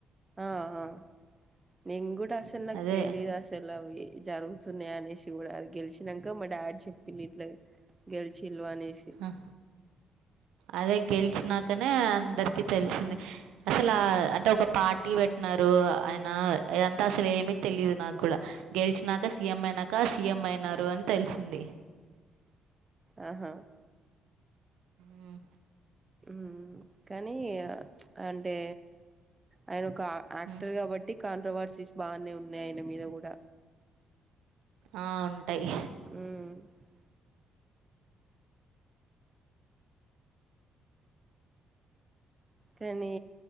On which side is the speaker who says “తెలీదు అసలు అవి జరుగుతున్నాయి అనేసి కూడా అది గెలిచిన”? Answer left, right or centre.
Right